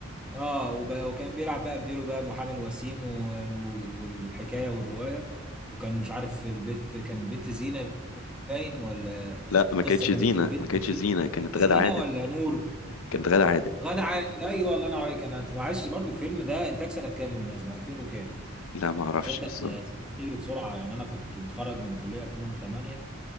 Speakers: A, in the centre; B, on the left.
A: اه وب- وكان بيلعب بقى بديله بقى محامي الوسيم و- و- والحكايه والروايه وكان مش عارف البيت كان بيت زينه باين ولا
B: لا
A: القصه
B: ما كانتش
A: كانت
B: زينه
A: البيت
B: ما كانتش
A: زي-
B: زينه كانت
A: زينه
B: غادة عادل
A: ولا نور
B: كانت غادة عادل
A: غادة عادل ايوه الله ينور عليك انا معلش برضو الفيلم ده انتاج سنه كام بالمناسبه 2000 وكام
B: لا ما اعرفش
A: تصدق
B: بالظبط
A: يا سنين بتجري بسرعه يعني انا كنت متخرج من كليه 2008